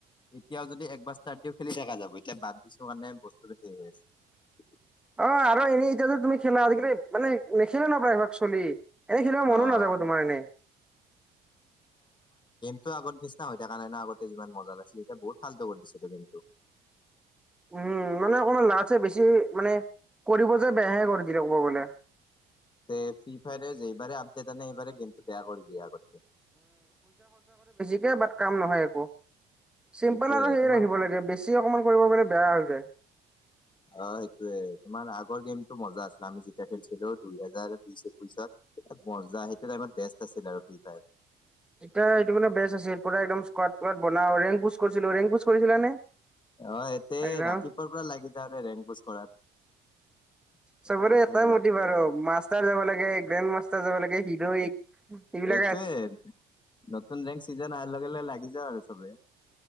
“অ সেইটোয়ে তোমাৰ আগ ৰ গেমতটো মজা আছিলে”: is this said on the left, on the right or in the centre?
Left